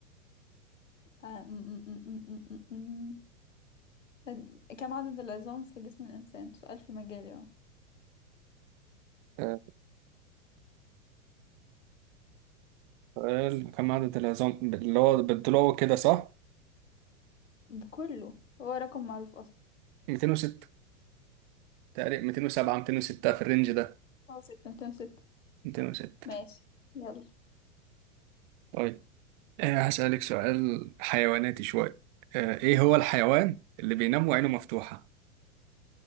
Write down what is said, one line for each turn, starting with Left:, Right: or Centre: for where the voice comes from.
Left: آه م- م- م- م- م- م- م. كم عدد العظام في جسم الإنسان سؤال في مجالي اهو
Right: آه، سؤال كم عدد العظام اللي هو بالضلوع كده صح
Left: بكله هو رقم معروف أصلا
Right: 206 تقريبا 207 206 في الرينج ده
Left: اه ستة ميتين وستة
Right: 206
Left: ماشي يلا
Right: طيب آه هسألك سؤال حيواناتي شوية آه ايه هو الحيوان اللي بينام وعينه مفتوحة